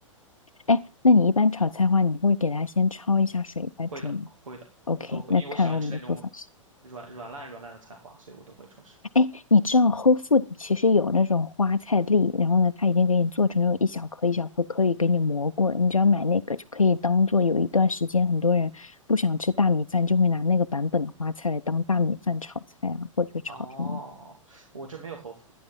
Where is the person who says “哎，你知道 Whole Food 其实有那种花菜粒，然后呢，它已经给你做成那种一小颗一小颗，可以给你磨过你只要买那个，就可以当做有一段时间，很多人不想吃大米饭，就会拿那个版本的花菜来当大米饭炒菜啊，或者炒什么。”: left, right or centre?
Left